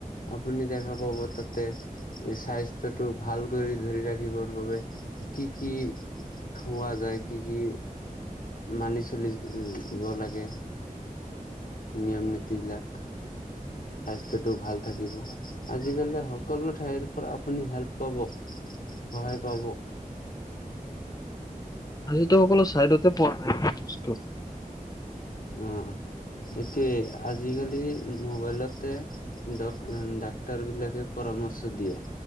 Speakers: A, on the left; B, on the left.
A: আপুনি দেখা দেখা পাব তাতে স্বাস্থ্যটো ভাল কৰি ধৰি ৰাখিবৰ বাবে কি কি খোৱা যায়, কি কি মানি চলিব লাগে নিয়ম নীতি বিলাক। স্বাস্থ্যটো ভাল থাকিব। আজিকালি সকলো ঠাইৰ পৰা আপুনি হেল্প পাব। সহায় পাব।
B: <unintelligible> টো সকলো ছাইডতে পোৱা যায়। বস্তু।
A: অ' সিটোয়ে আজিকালি মোবাইলতে ডত ডাক্তৰ বিলাকে পৰামৰ্শ দিয়ে।